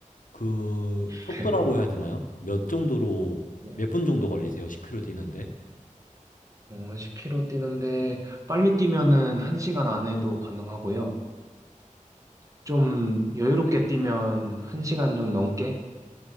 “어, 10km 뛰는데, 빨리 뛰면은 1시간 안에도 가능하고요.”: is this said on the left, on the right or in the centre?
Right